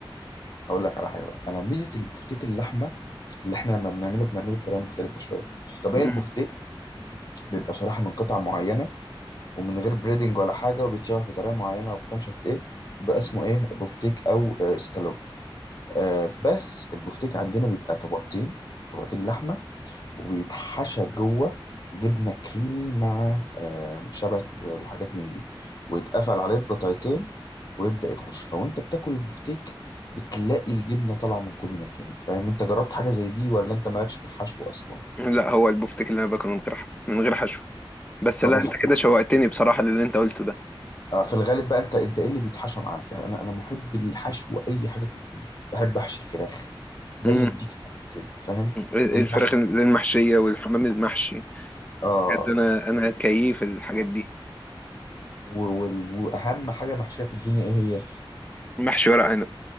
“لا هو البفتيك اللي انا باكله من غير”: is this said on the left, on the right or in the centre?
Left